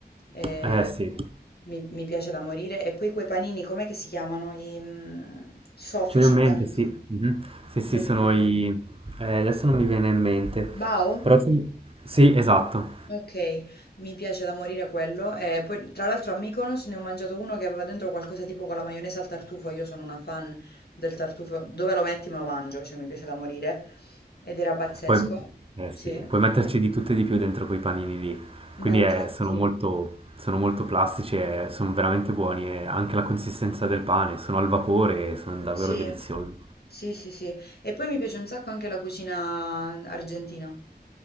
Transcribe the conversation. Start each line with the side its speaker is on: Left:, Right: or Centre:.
Left: e
Right: Eh sì.
Left: mi, mi piace da morire, e poi quei panini, com'è che si chiamano? I mm, soffici
Right: Ce li ho in
Left: bianchi,
Right: mente, sì. Mhm. Sì, sì,
Left: non
Right: sono
Left: mi viene il
Right: i...
Left: nome.
Right: eh, adesso non mi viene in mente.
Left: Bao?
Right: Però ce li- Sì, esatto.
Left: Ok, mi piace da morire quello. E poi, tra l'altro, a Mykonos ne ho mangiato uno che aveva dentro qualcosa tipo con la maionese al tartufo. Io sono una fan del tartufo. Dove lo metti me lo mangio, cioè mi piace da morire. Ed era pazzesco.
Right: Puoi... eh,
Left: Sì,
Right: sì, puoi metterci di tutto e di più dentro quei panini lì. Quindi
Left: ma infatti,
Right: eh, sono molto... sono molto plastici e sono veramente buoni. E anche la consistenza del pane, sono al vapore e sono davvero
Left: sì,
Right: deliziosi.
Left: sì, sì, sì. E poi mi piace un sacco anche la cucina argentina.